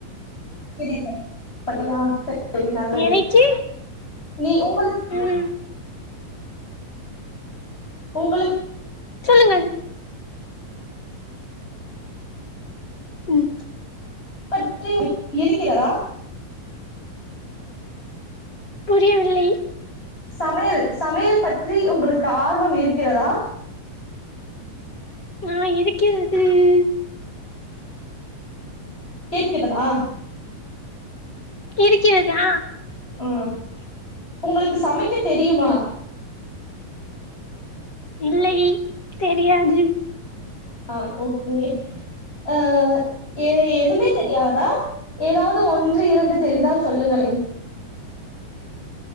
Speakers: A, on the left; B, on the left.
A: <unintelligible> அப்படியா சேரி சேரி நல்லது
B: எனக்கு
A: நீ உங்க
B: ம்
A: உங்களுக்
B: சொல்லுங்க ம்
A: பற்றி இறிக்கிறதா
B: புரியவில்லை
A: சமையல் சமையல் பற்றி உங்களுக்கு ஆர்வம் இருக்கிறதா
B: ஆ இருக்கிறது உம்
A: கேட்கிறதா
B: இருக்கிறதா
A: ம் உங்களுக்கு சமைக் க தெரியுமா
B: ம் இல்லை தெரியாது
A: ஆஹ் ஓகே அஹ் எ எதுவுமே தெரியாது அ ஏதாவது ஒன்று இரண்டு தெரிந்தா சொல்லுங்களே